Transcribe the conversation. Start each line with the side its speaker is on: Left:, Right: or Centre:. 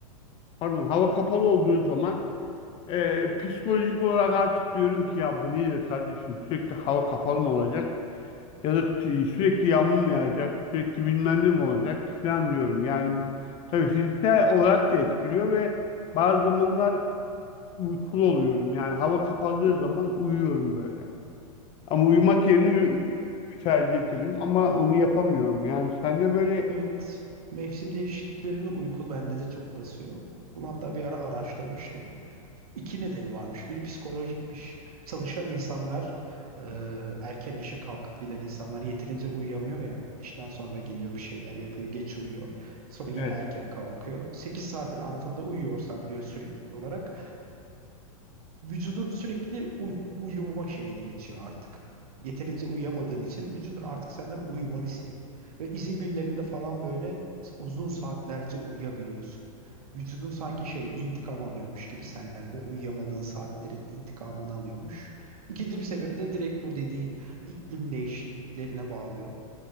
Left: pardon hava kapalı olduğu zaman e, psikolojik olarak artık diyorum ki ya bu nedir kardeşim sürekli hava kapalı mı olacak ya da sü- sürekli yağmur mu yağacak sürekli bilmem ne mi olacak falan diyorum. Yani tabii fiziksel olarak da etkiliyor ve bazı zamanlar uykulu oluyorum. Yani hava kapalı zaman uyuyorum böyle. Ama uyumak yerine
Right: O,
Left: ü- ü- ü- tercih ederim ama onu yapamıyorum. Yani sen de böyle
Right: evet. Mevsim değişikliklerinde uyku bende de çok basıyor. Bunu hatta bir ara araştırmıştım. İki nedeni varmış. Biri psikolojikmiş. Çalışan insanlar, e, erken işe kalkıp giden insanlar yeterince uyuyamıyor ya. İşten sonra geliyor bir şeyler yapıyor, geç uyuyor. Sonra yine
Left: Evet.
Right: erken kalkıyor. 8 saatin altında uyuyorsan diyor sürekli olarak vücudun sürekli uy- uyuma şeyine geçiyor artık. Yeterince uyuyamadığın için vücudun artık senden uyumanı istiyor. Ve izin günlerinde falan böyle uzun saatlerce uyuyabiliyorsun. Vücudun sanki şey intikam alıyormuş gibi senden. O uyuyamadığın saatlerin intikamını alıyormuş. İkinci bir sebebi de direkt bu dediğin iklim değişikliklerine bağlıyor.